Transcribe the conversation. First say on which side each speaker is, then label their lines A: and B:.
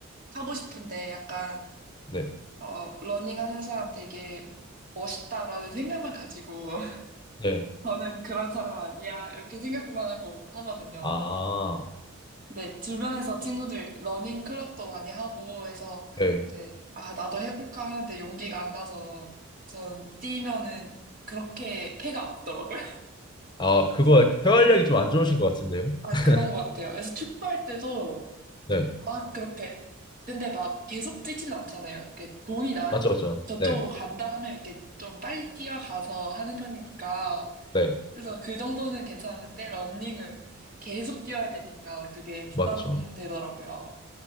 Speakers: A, on the right; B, on the left.
A: 하고 싶은데 약간
B: 네,
A: 어, 러닝 하는 사람 되게 멋있다라는 생각만 가지고 <laughs>
B: 네,
A: 저는 그런 사람 아니야 이렇게 생각만 하고 하거든요.
B: 아,
A: 근데 주변에서 친구들 러닝 클럽도 많이 하고 해서
B: 네,
A: 이제 아 나도 해볼까 하는데 용기가 안 나서 전 뛰면은 그렇게 폐가 아프더라고요. <laughs>
B: 아 그거
A: 그래서
B: 약간 폐활량이
A: 너무 힘들어.
B: 좀 안 좋으신 것 같은데요?
A: 아
B: <laughs>
A: 그런 것 같아요. 그래서 축구할 때도
B: 네,
A: 막 그렇게 근데 막 계속 뛰진 않잖아요. 이렇게 공이 나
B: 맞죠, 맞죠.
A: 저쪽으로
B: 네,
A: 간다 하면 이렇게 좀 빨리 뛰어가서 하는 편이니까
B: 네,
A: 그래서 그 정도는 괜찮은데 러닝을 계속 뛰어야 되니까 그게 부담되더라고요.
B: 맞죠.